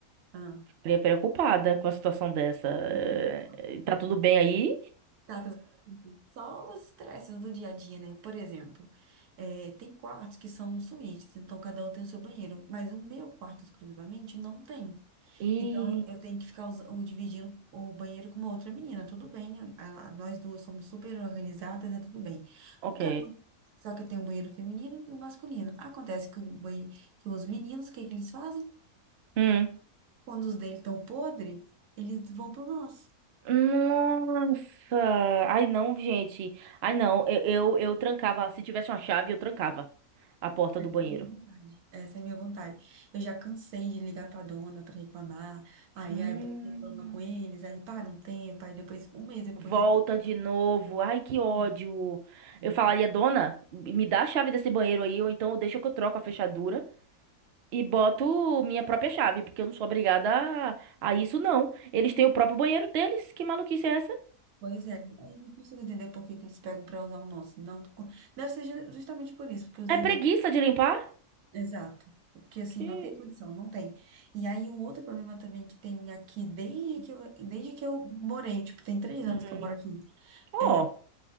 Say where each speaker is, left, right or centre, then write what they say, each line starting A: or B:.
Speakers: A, on the right; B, on the right.
A: Ah.
B: Ficaria preocupada com a situação dessa. Eh,
A: Uhum.
B: Tá tudo bem aí?
A: datas só os estresses do dia a dia, né? Por exemplo, eh, tem quartos que são suítes, então cada um tem o seu banheiro, mas o meu quarto exclusivamente não tem.
B: E.
A: Então eu tenho que ficar usa- o- dividindo o banheiro com uma outra menina. Tudo bem, a- a- nós duas somos super organizadas, é tudo bem.
B: Ok.
A: O que acon- Só que tem um banheiro feminino e um masculino. Acontece que, o banhe- que os meninos, o que que eles fazem?
B: Hum.
A: Quando os dele estão podre, eles vão pro nosso.
B: Nossa! Ai não, gente. Ai não, eu, eu, eu trancava. Se tivesse uma chave, eu trancava a porta
A: Essa
B: do banheiro.
A: é a minha vontade. Essa é a minha vontade. Eu já cansei de ligar para a dona para reclamar. Aí
B: Hum.
A: a dona reclama com eles, aí para um tempo, aí depois, um mês depois.
B: Volta
A: eles,
B: de novo. Ai, que ódio.
A: "Hum, legal."
B: Eu falaria, dona, me dá a chave desse banheiro aí, ou então deixa que eu troco a fechadura. E boto minha própria chave, porque eu não sou obrigada a, a isso, não. Eles têm o próprio banheiro deles. Que maluquice é essa?
A: Pois é, aí eu não consigo entender por que que eles pegam para usar o nosso. Não, tô com- deve ser ju- justamente por isso, porque os
B: É
A: eles.
B: preguiça de limpar?
A: Exato. Porque assim,
B: Que.
A: não tem condição, não tem. E aí um outro problema também que tem aqui desde que eu, desde que eu morei, tipo, tem três
B: Uhum.
A: anos que eu moro aqui.
B: Ó,
A: É,